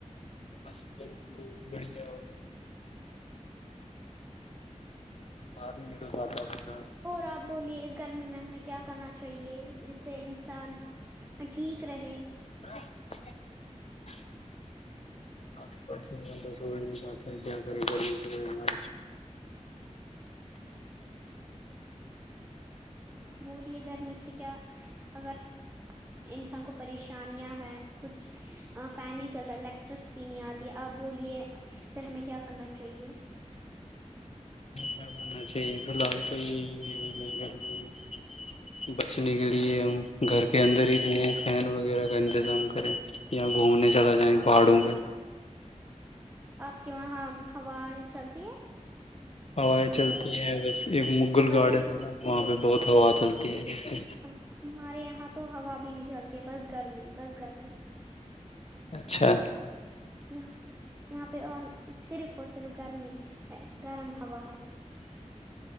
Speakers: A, on the left; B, on the right.
A: بس ب بہت بڑھیا اور <unintelligible> باہر نہیں نکل ساتتا <unintelligible>
B: اور آپ بولیے اس گرمی میں ہمیں کیا کرنا چاہیے جس سے انسان ٹھیک رہے
A: سحی <unintelligible> ہاں پچ بسات ہے کیا کر گرمی توا رہ <unintelligible>
B: بولیے گھر میں سے کیا اگر انسان کو پریشانیاں ہیں کچھ فین نہیں چلتا الیکٹرسٹی نہیں آتی آپ بولیے پھر ہمیں کیا کرنا چاہیے
A: کیا کرنا چاہیے فی الحال تو یہی نہیں کر <unintelligible> بچنے کے لیے
B: جی بال
A: ہم گھر کے
B: جی
A: اندر
B: بالکل
A: ہی رہے ہیں فین وغیرہ کا انتظام کریں یا گھومنے چلا جائیں پہاڑوں پہ
B: آپ کے وہاں ہوا چلتی ہے
A: ہوائیں
B: ٹھنڈی
A: چلتی
B: ہوائیں
A: ہیں بس ایک مغل
B: ہمارے
A: گارڈن
B: یہاں
A: ہے نا وہاں پہ بہت ہوا چلتی ہے ج
B: ہم ہمارے یہاں تو ہوا بھی نہیں چلتی بس گرمی بس گرمی
A: اچھا
B: یہاں یہاں پہ صرف اور صرف گرمی ہے گرم ہوا ہے